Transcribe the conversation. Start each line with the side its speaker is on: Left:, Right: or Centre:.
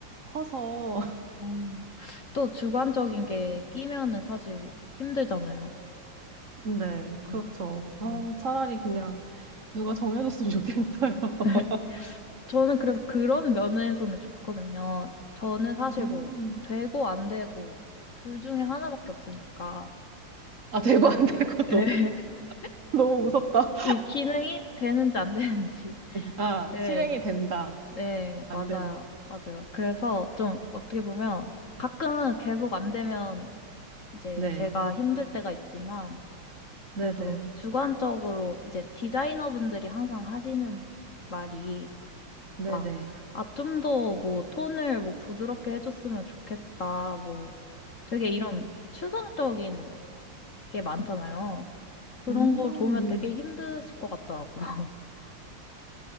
Right: 커서, <laughs>
Left: 음. 또 주관적인 게 끼면은 사실 힘들잖아요.
Right: 네, 그렇죠.
Left: 음.
Right: 아,
Left: 네.
Right: 차라리 그냥 누가 정해줬으면 좋겠어요. <laughs>
Left: <laughs> 저는 그래서 그런 면에서는 좋거든요. 저는 사실
Right: 음.
Left: 뭐 되고 안 되고 둘 중에 하나밖에 없으니까.
Right: 아,
Left: 예.
Right: 되고 안 되고
Left: <laughs>
Right: <laughs> 너무, 너무 무섭다.
Left: 이 기능이 되는지 안 되는지.
Right: 아,
Left: 네.
Right: 실행이 된다.
Left: 네,
Right: 안
Left: 맞아요.
Right: 된다.
Left: 맞아요. 그래서 좀 어떻게 보면 가끔은 계속 안 되면 이제
Right: 네,
Left: 제가 힘들 때가 있지만 그래도
Right: 네네,
Left: 주관적으로 이제 디자이너분들이 항상 하시는 말이
Right: 네네.
Left: 막, 아, 좀 더 뭐 톤을 뭐 부드럽게 해줬으면 좋겠다. 뭐 되게 이런 추상적인 게 많잖아요. 그런
Right: 음.
Left: 걸 보면 되게 힘드실 것 같더라고요. <laughs>